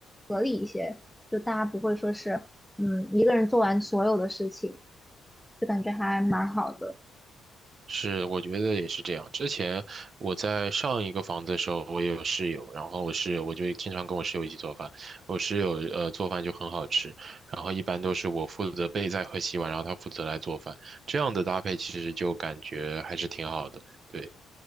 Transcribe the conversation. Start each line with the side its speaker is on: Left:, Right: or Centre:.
Centre: 合理一些，就大家不会说是嗯一个人做完所有的事情，就感觉还蛮好的。
Right: 是，我觉得也是这样。之前我在上一个房子的时候，我也有室友，然后我室友我就经常跟我室友一起做饭。我室友呃做饭就很好吃，然后一般都是我负责备菜和洗碗，然后他负责来做饭。这样的搭配其实就感觉还是挺好的。对，